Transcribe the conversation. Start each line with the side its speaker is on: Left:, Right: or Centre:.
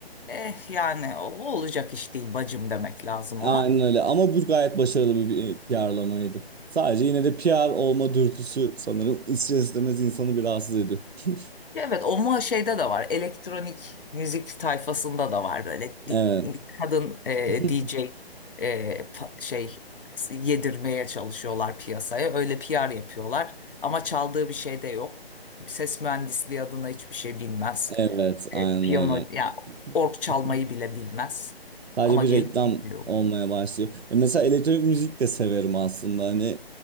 Left: eh yani o olacak iş değil bacım demek lazım
Right: Aynen
Left: ona.
Right: öyle ama bu gayet başarılı bir bir PR'lamaydı. Sadece yine de PR olma dürtüsü sanırım ister istemez insanı bir rahatsız ediyor. <laughs>
Left: Evet ama şeyde de var elektronik müzik tayfasında da var böyle di-
Right: Evet.
Left: bir kadın e,
Right: <laughs>
Left: DJ e, pa- şey yedirmeye çalışıyorlar piyasaya öyle PR yapıyorlar ama çaldığı bir şey de yok ses mühendisliği adına hiçbir şey bilmez
Right: Evet, aynen
Left: E, piyano
Right: öyle.
Left: ya org çalmayı
Right: <laughs>
Left: bile bilmez
Right: Sadece
Left: ama
Right: bir
Left: gelip
Right: reklam
Left: dinliyor
Right: olmaya başlıyor. E mesela elektronik müzik de severim aslında. Hani